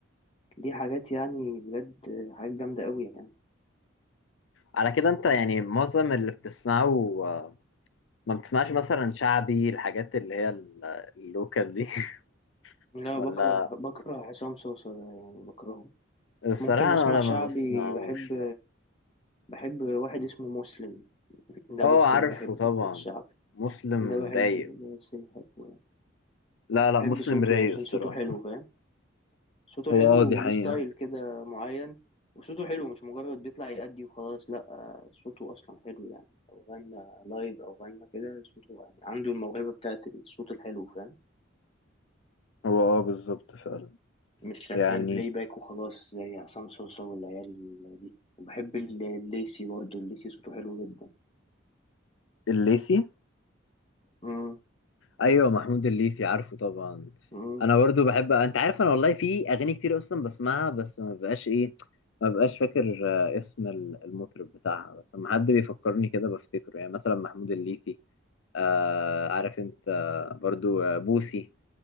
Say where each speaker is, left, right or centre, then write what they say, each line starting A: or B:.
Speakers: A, on the left; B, on the left.
A: دي حاجات يعني بجد حاجات جامدة أوي يعني
B: على كده انت يعني معظم اللي بتسمعه آه، ما بتسمعش مثلا شعبي الحاجات اللي هي ال- اللوكال دي <laughs>
A: لا
B: ولا
A: بكره بكره عصام صوصة ده يعني بكرهه
B: الصراحه
A: ممكن أسمع
B: انا ولا
A: شعبي
B: ما بسمعوش
A: بحب
B: لا
A: بحب واحد اسمه مسلم ده
B: اه
A: بس
B: عارفه
A: اللي بحبه
B: طبعا
A: في الشعبي
B: مسلم
A: ده بحبه
B: رايق
A: ده بس اللي بحبه
B: لا
A: بحب
B: لا مسلم
A: صوته
B: رايق
A: يعني عشان
B: الصراحة
A: صوته حلو فاهم صوته
B: هو
A: حلو
B: اه دي
A: وليه
B: حقيقة
A: ستايل كده معين وصوته حلو مش مجرد بيطلع يأدي وخلاص لا آه، صوته أصلا حلو يعني لو غنى لايف أو غنى كده صوته يعني عنده الموهبة بتاعت الصوت الحلو فاهم
B: هو اه بالظبط فعلا
A: مش شغال
B: يعني
A: بلاي باك وخلاص زي عصام صوصة والعيال دي وبحب ال- الليسي برضه الليسي صوته حلو جدا
B: الليثي
A: مم.
B: ايوه محمود الليثي عارفه طبعا
A: مم.
B: انا برضو بحب انت عارف انا والله في اغاني كتير اصلا بسمعها بس ما بقاش ايه ما بقاش فاكر آه، اسم ال- المطرب بتاعها بس لما حد بيفكرني كده بفتكره يعني مثلا محمود الليثي آه عارف انت آه، برضو آه، بوسي